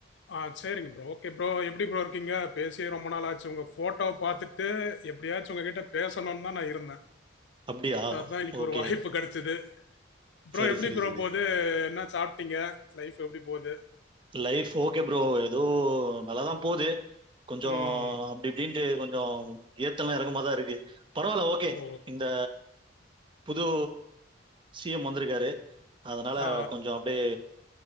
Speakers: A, on the left; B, on the right.
A: ஆ சேரிங்க ப்ரோ ஓகே ப்ரோ எப்டி ப்ரோ இருக்கீங்க பேசியே ரொம்ப நாளாச்சு உங்க போட்டோவ பாத்துட்டு எப்டியாச்சு உங்க கிட்ட பேசணு தா நா இருந்தே
B: அப்டியா
A: ஸோ அதா இன்னைக்கு
B: ஓகே
A: ஒரு வாய்ப்பு கெடைச்சுது அப்றோ
B: சரி
A: எப்டி
B: சரி
A: ப்ரோ
B: சரி
A: போது என்ன சாப்ட்டீங்க லைஃப் எப்டி போது
B: லைஃப் ஓகே ப்ரோ ஏதோ நல்லாதா போது கொஞ்சோ
A: ம்.
B: இப்டி இப்டின்ட்டு கொஞ்ச ஏத்தல்லு இறக்குமாதா இருக்கு பரவால்ல ஓகே
A: ஓ!
B: இந்த புது சி எம் வந்திருக்காரு அதனால
A: ஆ.
B: கொஞ்சொ அப்டியே